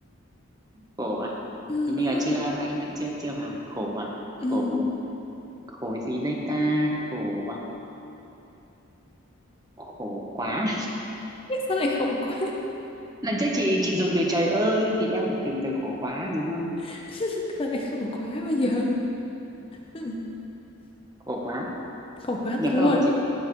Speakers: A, on the right; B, on the left.
A: Khổ à?
B: Ừ,
A: Hình như
B: đúng
A: là chưa
B: rồi.
A: nãy nãy chưa chưa vào khổ à? Khổ
B: Ừ,
A: khổ gì đây ta? Khổ à? Khổ quá.
B: sao lại khổ quá?
A: Lần trước chị chị dùng từ trời ơi thì em chỉ dùng từ khổ quá đúng không?
B: <laughs> Sao lại khổ quá bây giờ? Ừ,
A: Khổ quá.
B: khổ quá
A: được
B: thật luôn.
A: không chị